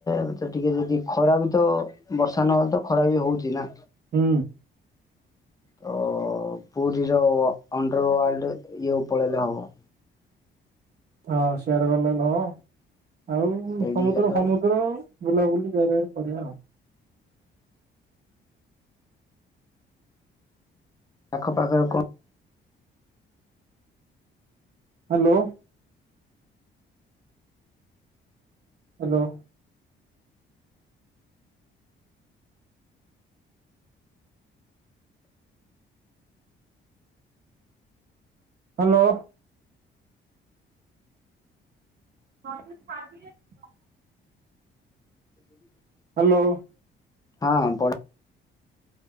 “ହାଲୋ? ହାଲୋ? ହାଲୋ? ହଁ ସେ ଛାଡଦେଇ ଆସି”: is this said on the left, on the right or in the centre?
Right